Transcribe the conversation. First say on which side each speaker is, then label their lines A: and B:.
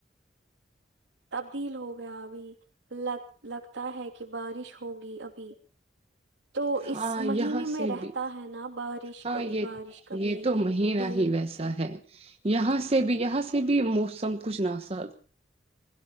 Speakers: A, on the right (about 80°); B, on the right (about 35°).
A: تبدیل ہو گیا ابھی لگتا ہے کہ بارش ہوگی ابھی تو
B: ہاں
A: اس
B: یہاں
A: مہینے
B: سے
A: میں رہتا
B: بھی
A: ہے نا بارش
B: ہاں
A: کبھی
B: یہ
A: بارش کبھی
B: یہ تو مہینہ
A: دھوپ
B: ہی ویسا ہے یہاں سے بھی یہاں سے کسی بھی موسم کچھ نہس